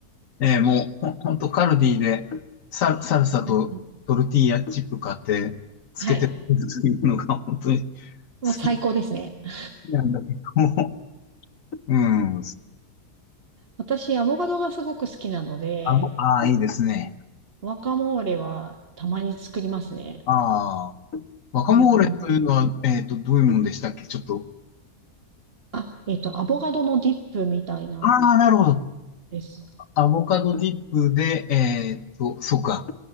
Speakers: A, on the left; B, on the right.
A: えーもう、ほほんとカルディでサ、サルサとトルティーヤチップ買って、
B: うんうん。
A: つけて食
B: はい。
A: べるのが本当に好
B: まあ最高ですね。
A: き
B: <laughs>
A: なんだけども、うん。
B: 私、アボカドがすごく好きなので、
A: あの、ああ、いいですね。
B: ワカモーレはたまに作りますね。
A: ああ、ワカモーレというのは、
B: うんうんうん。
A: えっと、どういうもんでしたっけちょっと。
B: あ、えっと、アボカドのディップみたいな
A: ああ、なるほど。
B: です。
A: アボカドディップで、えっと、そうか。